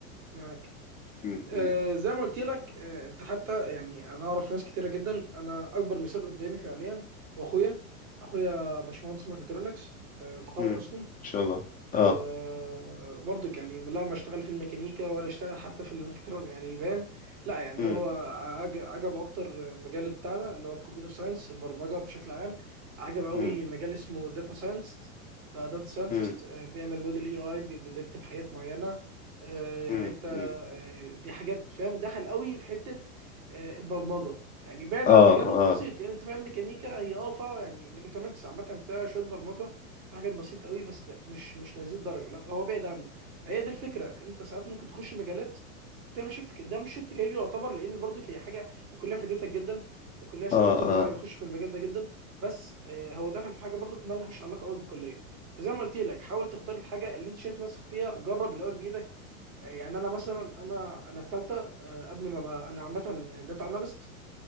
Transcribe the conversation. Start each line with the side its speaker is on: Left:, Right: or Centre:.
Right: معاك
Left: م-
Right: آه،
Left: م-
Right: زي ما قلت لك آه، انت حتى يعني انا اعرف ناس كتيره جدا انا اكبر مثال قدامي فعليا هو اخويا اخويا باشمهندس ميكاترونكس آه، اتخرج
Left: م.
Right: اصلا
Left: ان شاء الله اه
Right: أه برضك يعني لا ما اشتغل في الميكانيكا ولا اشتغل حتى في الميكاترون يعني فاهم لا يعني
Left: م-
Right: هو عج- عجب اكتر مجال بتاعنا اللي هو الكمبيوتر ساينس البرمجه بشكل عام عجب قوي
Left: م-
Right: مجال اسمه داتا ساينتست بقى داتا ساينتست
Left: م-
Right: بيعمل موديل اي اي بيبريدكت بحاجات معينه أه يعني
Left: م-
Right: انت
Left: م.
Right: أه دي حاجات فاهم دخل قوي في حته أه البرمجه يعني بعيد
Left: اه
Right: عن مجاله
Left: اه
Right: بسيط لان انت فاهم ميكانيكا هي اه فا- يعني ميكاترونكس عامه فيها شويه برمجه في حاجات بسيطه قوي بس لا مش مش لهذه الدرجه لا هو بعيد عنه هي دي الفكره انت ساعات ممكن تخش مجالات تعمل شيفت ك- ده مش شيفت كارير يعتبر لان برضك هي حاجه الكليه فادتك جدا الكليه ساعدته
Left: اه
Right: اللي
Left: اه
Right: هو يخش في المجال ده جدا بس آه، هو دخل في حاجه برضك مالهاش علاقه قوي بالكليه فزي ما قلت لك حاول تختار الحاجه اللي انت شايف نفسك فيها جرب الاول بايدك آه، يعني انا مثلا انا انا في ثالثه قبل ما ابقى انا عامه داتا اناليست